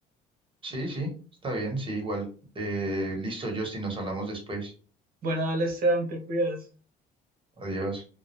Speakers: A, on the right (about 30°); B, on the right (about 60°).
A: Sí, sí, está bien, sí, igual. Eh, listo, Justin, nos hablamos después.
B: Bueno, dale, Esteban, te cuidas.
A: Adiós.